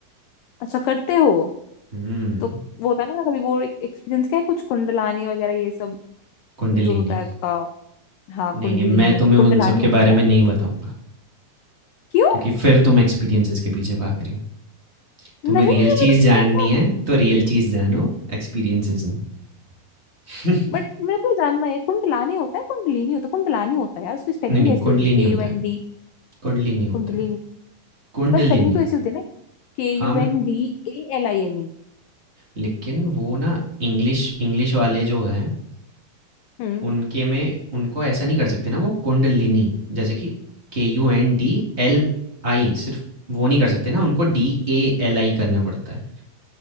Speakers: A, on the left; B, on the right.
A: अच्छा करते हो
B: हम्म
A: तो वो होता है ना कभी वो एक एक्सपीरियंस क्या है कुछ कुंडलानी वगैरह ये सब
B: कुंडलिनी
A: जो होता है हाँ
B: नहीं
A: कुंडलिनी
B: नहीं मैं तुम्हें
A: कुंडलानी
B: उन सब के
A: होता
B: बारे
A: है यार
B: में नहीं बताऊंगा
A: क्यों
B: क्योंकि फिर तुम एक्सपीरियंसेस के पीछे भाग रही हो तुम्हें
A: नहीं
B: रियल
A: ये मेरे
B: चीज़
A: को
B: जाननी
A: करना
B: है तो रियल चीज़ जानो एक्सपीरियंसेस नहीं <laughs>
A: बट मेरे को ये जानना है कुंडलानी होता है कुंडलिनी होता है कुंडलानी होता है यार उसकी स्पेलिंग
B: नहीं नहीं
A: भी ऐसी
B: कुंडली
A: होती है
B: नहीं
A: के
B: होता
A: यू
B: है
A: एन डी
B: कुंडली नहीं होता
A: कुंडलिनी
B: है कुंडलिनी
A: पर स्पेलिंग तो ऐसी होती है ना के यू
B: हाँ मैं-
A: एन डी ए एल आई एन ई
B: लेकिन वो ना इंग्लिश इंग्लिश वाले जो हैं
A: हम्म
B: उनके में उनको ऐसा नहीं कर सकते ना वो कुंडलिनी जैसे कि के यू एन डी एल आई सिर्फ वो नहीं कर सकते ना उनको डी ए एल आई करना पड़ता है